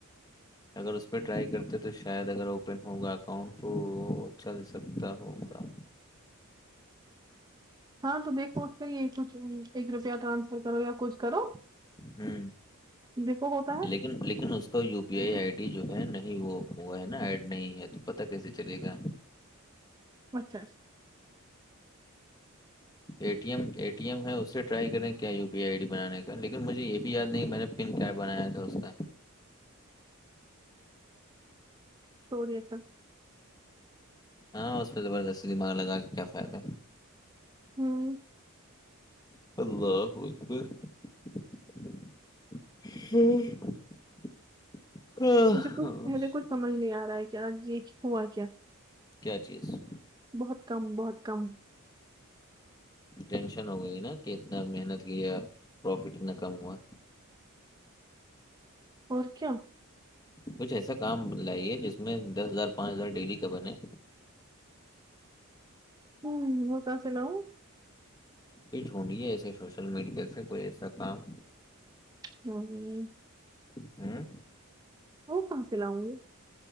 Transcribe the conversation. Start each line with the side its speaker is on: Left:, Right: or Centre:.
Left: اگر اس پہ ٹرائی کرتے تو تو شاید اگر اوپن ہوگا اکاؤنٹ تو چل سکتا ہوگا
Right: ہاں تو دیکھو اس کا کچھ ایک روپیہ ٹرانسفر کرو یا کچھ کرو
Left: ہوں
Right: دیکھو ہوتا ہے
Left: لیکن لیکن اس کا U P I I D جو ہے نہیں وہ ہوا ہے نا ایڈ نہیں ہے تو پتا کیسے چلے گا
Right: پچھاس
Left: A T M A T M ہے اس سے ٹرائی کریں کیا یو پی آئی ڈی بانے کا لیکن مجھے یہ بھی یاد نہیں کہ میں نے بن کیا بنایا تھا اس کا
Right: چوروری تھا
Left: ہاں اس پہ زبردستی دماغ لگا کے کیا فائدہ
Right: ہوں
Left: اللہ حافظ ہوں کیا
Right: مجھے کچھ مجھے کچھ سمجھ نہیں آ رہا ہے کہ آج یہ ہوا کیا
Left: کیا چیز
Right: بہت کم بہت کم
Left: ٹینشن ہو گئی نا کہ اتنا محنت کیا پروفٹ اتنا کم ہوا
Right: اور کیا
Left: کچھ ایسا کام لائیے جس میں دس ہزار پانچ ہزار ڈیلی کا بنے
Right: ہوں ہو کا سلو
Left: یہ جھونڈے ایسے سوشل میڈیا سے کوئی ایسا کام
Right: جی
Left: ہوں
Right: وہ فن سے لؤں گے